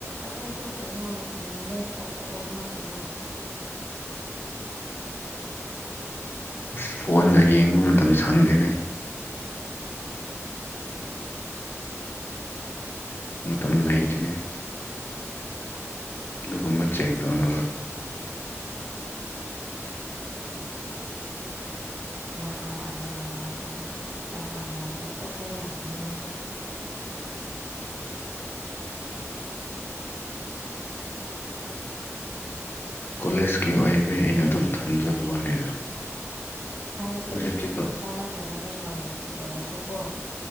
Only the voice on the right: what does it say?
ꯑꯇꯩꯗꯣ ꯀꯩꯅꯣ ꯎꯝ ꯂꯦꯐ ꯇꯧꯊꯣꯛꯑꯣ ꯑꯗꯨꯅ ꯀꯩꯅꯣ
ꯅꯍꯥꯟꯅ ꯈꯔ ꯅꯍꯥꯟꯅ ꯇꯧꯊꯣꯛꯄ ꯌꯥꯕꯅꯤ ꯅꯪꯁꯨ
ꯈꯔꯗꯤ
ꯀꯥꯟꯅꯗꯕꯅꯦ ꯀꯣꯂꯦꯖꯀꯤ ꯑꯣꯏꯔꯁꯨꯀꯣ